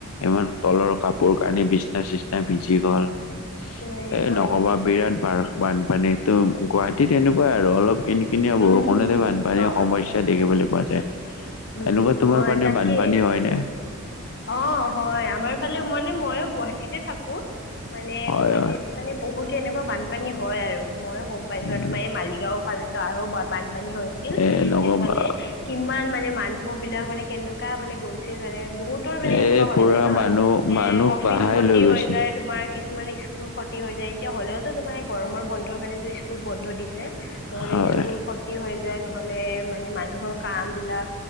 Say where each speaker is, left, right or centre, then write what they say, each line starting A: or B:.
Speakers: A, on the left; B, on the left.
A: ইমান তলৰ কাপোৰ-কানি, বিচনা-চিচনা ভিজি গ'ল।
B: এই
A: এ,
B: হয়
A: নকবা
B: নেকি
A: বিৰাট। পাস বানপানীতো গুৱাহাটীত এনেকুৱাই, আৰু অলপ কিনি-কিনিয়া আৰু
B: উম
A: বৰষুণতে
B: উম
A: বানপানীৰ
B: হয়
A: সমস্যা। দেখিবলৈ পোৱা যায়
B: উম
A: এনেকুৱা তোমাৰ।
B: হয়,
A: পানে
B: তাকে।
A: বানপানী হয় নে?
B: অ', হয়, আমাৰ ফালেও মানে মইও গুৱাহাটীতে থাকোঁ। মানে
A: হয়
B: গুৱাহাটীত
A: হয়
B: বহুত এনেকুৱা বানপানী হয় আৰু মইও গম। পাইছো,
A: উম
B: আৰু তোমাৰ এই মালিগাঁওৰ ফালেটো আৰু বানপানী হৈছিল
A: এ নকবা।
B: সেইফালে কিমান। মানে মানুহ বিলাক কেনেকুৱা মানে গৈছিল, বহুতৰ মানে
A: এ
B: এনেকুৱা হয়
A: পুৰা
B: যে ন'।
A: মানুহ
B: এ,
A: মানুহক
B: অফিচ
A: বাহাই
B: খতি
A: লৈ গৈছে
B: হৈ যায় তোমাৰ। কিছুমানে স্কুল খতি হৈ যায়। এতিয়া হ'লেওতো তোমাৰ গৰমৰ বন্ধৰ কাৰণেটো স্কুল বন্ধ দিছে। নহলে
A: হয়।
B: স্কুল ক্ষতি হৈ যায় নহ'লে মানে মানুহৰ কাম। বিলাক